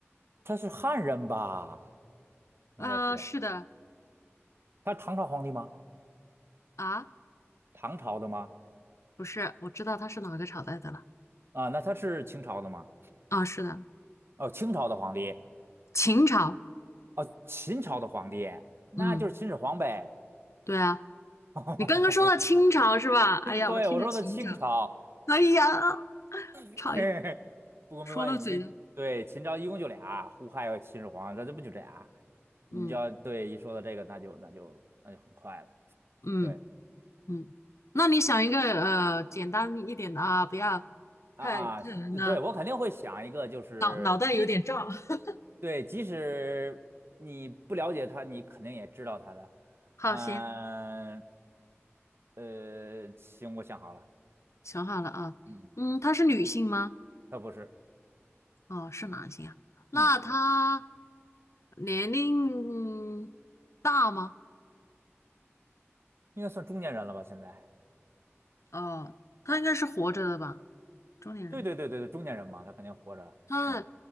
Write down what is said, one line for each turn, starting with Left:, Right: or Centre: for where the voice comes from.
Right: 他是汉人吧？应该是，
Left: 啊、是的，
Right: 他是唐朝皇帝吗？
Left: 啊。
Right: 唐朝的吗？
Left: 不是，我知道他是哪个朝代的了。
Right: 啊，那他是清朝的吗？
Left: 啊，是的，
Right: 哦，清朝的皇帝，
Left: 秦朝。
Right: 哦，秦朝的皇帝，那就是秦始皇呗。
Left: 嗯，对啊，
Right: <laughs>
Left: 你刚刚说到清朝是吧？哎呀，
Right: 对，
Left: 我听着秦朝，
Right: 我说的清朝。
Left: 哎呀，
Right: <laughs>
Left: 差一
Right: 嘿嘿，不过没关系，
Left: 说漏嘴了。
Right: 你这对秦朝一共就俩，胡亥和秦始皇，那这不就这俩？你只要对一说到这个，
Left: 嗯
Right: 那就那就那就很快了。
Left: 嗯
Right: 对
Left: 嗯，那你想一个呃简单一点的啊，不要太太难了，
Right: 啊啊，呃对我肯定会想一个，就是即
Left: 脑脑袋有点胀。<laughs>
Right: 对，即使你不了解他，你肯定也知道他的。
Left: 好，
Right: 嗯
Left: 行，
Right: 呃，行，我想好了，
Left: 想好了啊。
Right: 嗯，
Left: 嗯，她是女性吗？
Right: 他不是，
Left: 哦，是男性啊。那她
Right: 嗯，
Left: 年龄大吗？
Right: 应该算中年人了吧？现在，
Left: 哦，她应该是活着的吧？中年人，
Right: 对对对对对，中年人嘛，他肯定活着。
Left: 他
Right: 嗯，